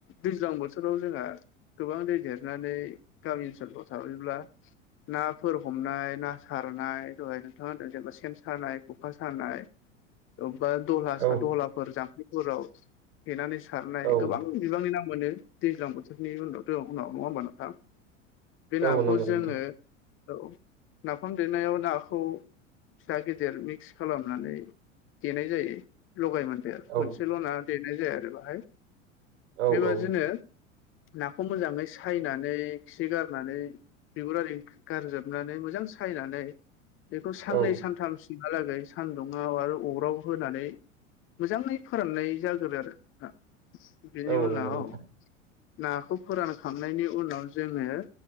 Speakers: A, on the left; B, on the right.
A: दैज्लां बोथोराव जोंहा गोबां दै देरनानै गामि ओनसोलफ्राव थाबैब्ला नाफोर हमनाय ना सारनाय दहाय नोंथांादों जेनेबा सेन सानाय खखा सानाय बा द दहलाफोर
B: औ
A: जामफलिफोराव थेनानै सारनाय
B: औ
A: गोबां बिबांनि नाम मोनो दैज्लां बोथोरनि उनावथं उनाव नङा होमबा नोंथां बे नाखौ
B: औ नंगौ
A: जोङो
B: नोंथां
A: नाफाम देनायाव नाखौ फिसा गिदिर मिक्स खालामनानै देनाय जायो लगाय मोनसे
B: औ
A: लना देनाय जाया आरो बेाहाय
B: औ
A: बेबादिनो
B: औ
A: नाखौ मोजाङै सायनानै खि गारनानै बिगुरि गारजोबनानै मोजां सायनानै बेखौ साननै
B: औ
A: सानथाम सिहालागै सान्दुङआव आरो अराव होनानै मोजाङै फोराननाय जाग्रो आरो बिनि
B: औ
A: उनाव
B: नंगौ नोंथां
A: औ नाखौ फोरानखनायनि उनाव जोङो